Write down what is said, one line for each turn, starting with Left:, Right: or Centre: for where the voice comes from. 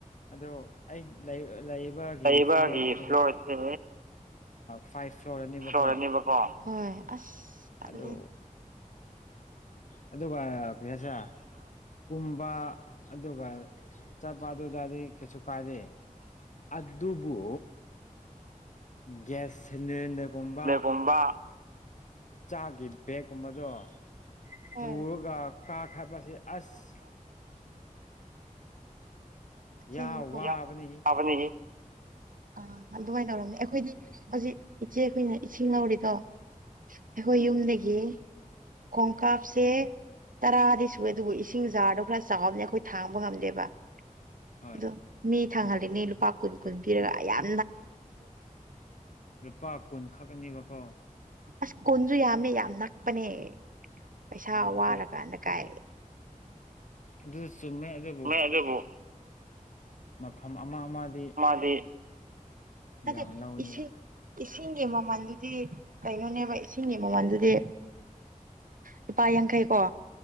Left: ꯑꯗꯣ ꯑꯩ ꯂꯩ ꯒꯤ
Right: ꯂꯩꯕꯒꯤ
Left: ꯐ꯭ꯂꯣꯔꯁꯦ
Right: ꯐ꯭ꯂꯣꯔꯁꯦ
Left: ꯐꯥꯏꯚ ꯐ꯭ꯂꯣꯔꯅꯦꯕꯀꯣ
Right: ꯐ꯭ꯂꯣꯔ ꯑꯅꯦꯕꯀꯣ ꯍꯣꯏ ꯑꯁ ꯇꯜꯂꯦ
Left: ꯑꯗ ꯑꯗꯨ ꯁ ꯀꯨꯝꯕ ꯑꯗꯨꯒ ꯆꯠꯄ ꯑꯗꯨꯗꯗꯤ ꯀꯩꯁꯨ ꯀꯥꯔꯦ ꯑꯗꯨꯕꯨ ꯒ꯭ꯌꯥꯁ ꯊꯅ ꯄꯣꯕ
Right: ꯒꯨꯝꯕ
Left: ꯆꯥꯈꯤ ꯕꯦꯛꯀꯨꯝꯕꯗꯣ
Right: ꯍꯣꯏ
Left: ꯄꯨꯔꯒ ꯀꯥꯈꯥꯏꯄꯁꯦ ꯑꯁ
Right: ꯑꯁꯦꯡꯕꯀꯣ
Left: ꯌꯥ ꯋꯥꯕꯅꯤꯁꯤ
Right: ꯐꯕꯅꯤ
Left: <inaudible>
Right: ꯑꯥ ꯑꯗꯨꯃꯥꯏꯅ ꯇꯧꯔꯝꯅꯦ ꯑꯩꯈꯣꯏꯗꯤ ꯍꯧꯖꯤꯛ ꯏꯆꯦ ꯑꯩꯈꯣꯏꯅ ꯏꯁꯤꯡ ꯂꯧꯧꯔꯤꯗꯣ ꯑꯩꯈꯣꯏ
Left: ꯑꯣ
Right: ꯌꯨꯝꯗꯒꯤ ꯈꯣꯡꯀꯥꯞꯁꯦ ꯇꯔꯥꯗꯤ ꯁꯨꯑꯦ ꯑꯗꯨꯕꯨ ꯏꯁꯤꯡ ꯖꯥꯔꯗꯣ ꯈꯔ ꯆꯥꯎꯕꯅꯦ ꯑꯩꯈꯣꯏ ꯊꯥꯡꯕ ꯉꯝꯗꯦꯕ
Left: ꯍꯣꯏ
Right: ꯑꯗꯣ ꯃꯤ ꯊꯥꯡꯍꯜꯜꯂꯤꯅꯦ ꯂꯨꯄꯥ ꯀꯨꯟ ꯀꯨꯟ ꯄꯤꯔꯒꯌꯥꯝ
Left: ꯂꯨꯄꯥ ꯀꯨꯟ ꯈꯛꯅꯦꯕꯀꯣ
Right: ꯑꯁ ꯀꯨꯟꯁꯨ ꯌꯥꯝꯃꯦ ꯌꯥꯝ ꯅꯛꯄꯅꯦ ꯄꯩꯁꯥ
Left: ꯑꯣ
Right: ꯋꯥꯔꯀꯥꯟꯗ ꯀꯥꯏ
Left: ꯑꯗꯨꯗ ꯆꯨꯝꯃꯦ ꯑꯗꯨꯗꯕꯣ
Right: ꯃꯦ ꯑꯗꯨꯕꯨ
Left: ꯃꯐꯝ ꯑꯃ ꯑꯃꯗꯤ
Right: ꯃꯥꯗꯤꯦ
Left: ꯌꯥꯝ
Right: ꯑꯦꯁꯦ
Left: ꯂꯧꯋꯦꯕ
Right: ꯏꯁꯤꯡꯒꯤ ꯃꯃꯜꯗꯨꯗꯤ ꯀꯩꯅꯣꯅꯦꯕ ꯏꯁꯤꯡꯒꯤ ꯃꯃꯜꯗꯨꯗꯤ ꯂꯨꯄꯥ ꯌꯥꯡꯈꯩ ꯀꯣ